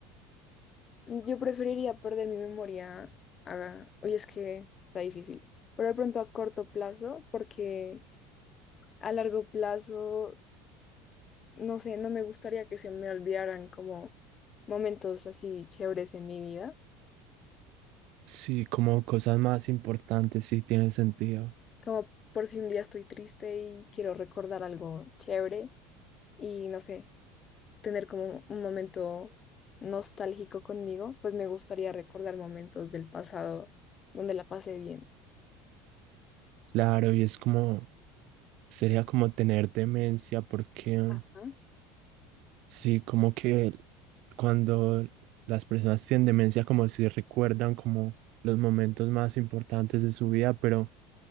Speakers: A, on the left; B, on the right.
A: yo preferiría perder mi memoria. a- Oye, es que está difícil. Pero de pronto a corto plazo, porque a largo plazo, no sé, no me gustaría que se me olvidaran como momentos así chéveres en mi vida.
B: Sí, como cosas más importantes, sí tiene sentido.
A: como por si un día estoy triste y quiero recordar algo chévere y no sé, tener como un momento nostálgico conmigo, pues me gustaría recordar momentos del pasado donde la pasé bien.
B: Claro, y es como, sería como tener demencia, porque
A: Ajá.
B: Sí, como que cuando las personas tienen demencia, como si recuerdan como los momentos más importantes de su vida, pero